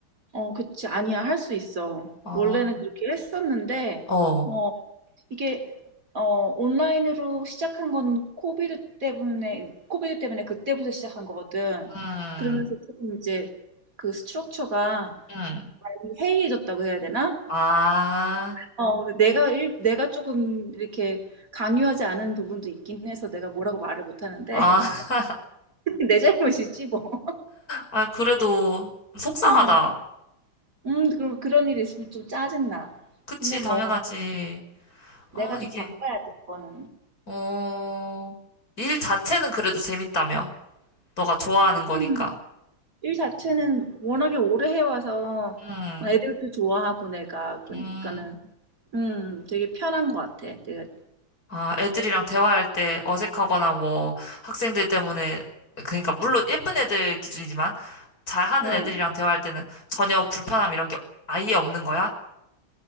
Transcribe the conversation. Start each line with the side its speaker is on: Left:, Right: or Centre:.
Right: 어, 그치. 아니야. 할 수 있어.
Left: 어,
Right: 원래는 그렇게 했었는데,
Left: 어,
Right: 어, 이게, 어, 온라인으로 시작한 건 코비드 때문에, 코비드 때문에 그때부터 시작한 거거든.
Left: 음,
Right: 그러면서 조금 이제 그 스트럭처가
Left: 음.
Right: 많이 해이해졌다고 해야 되나?
Left: 아,
Right: 어, 근데 내가 일, 내가 조금 이렇게 강요하지 않은 부분도 있긴 해서 내가 뭐라고 말을 못 하는데,
Left: 아, <laughs>
Right: <laughs> 내 잘못이지, 뭐.
Left: 아, 그래도 속상하다.
Right: 어, 음, 그럼 그런 일이 있으면 좀 짜증나.
Left: 그치,
Right: 근데
Left: 당연하지.
Right: 뭐, 내가
Left: 아,
Right: 좀
Left: 이게,
Right: 바꿔야 돼, 그거는.
Left: 어, 일 자체는 그래도 재밌다며. 너가 좋아하는 거니까.
Right: 음, 일 자체는 워낙에 오래 해와서
Left: 음,
Right: 애들도 좋아하고 내가 그러니까는
Left: 음.
Right: 음 되게 편한 것 같아. 내가
Left: 아, 애들이랑 대화할 때 어색하거나 뭐 학생들 때문에 그러니까 물론 예쁜 애들 기준이지만 잘하는
Right: 응.
Left: 애들이랑 대화할 때는 전혀 불편함 이런 게 아예 없는 거야?